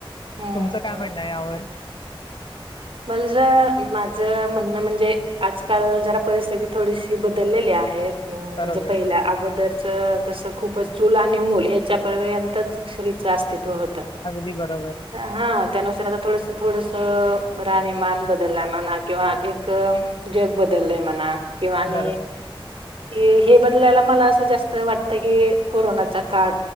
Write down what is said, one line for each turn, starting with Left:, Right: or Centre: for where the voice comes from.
Right: हम्म
Left: तुमचं काय
Right: हम्
Left: म्हणणं आहे यावर?
Right: मला ज माझ म्हणणं म्हणजे आजकाल जरा परिस्थिती थोडीशी बदललेली आहे हम
Left: बरोबर.
Right: म्हणजे पहिल्या अगोदरच कसं खूपच चूल आहे आणि मूल हच्या पर्यंतच स्त्रीचं अस्तित्व होत
Left: अगदी बरोबर
Right: हा त्यानुसार आता थोडस थोडस रा आणि मान बदललाय म्हणा किंवा एक जग बदललय म्हणा किंवा आणि
Left: बरोबर.
Right: हे हे बदलायला मला असं जास्त वाटतं की कोरोनाचा काळ